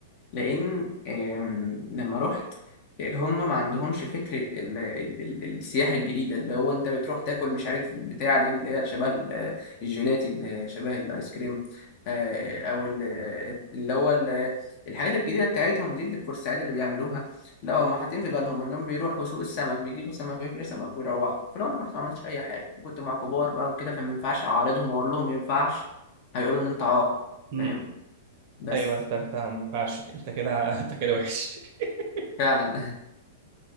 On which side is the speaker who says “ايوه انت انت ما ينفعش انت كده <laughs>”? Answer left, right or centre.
Right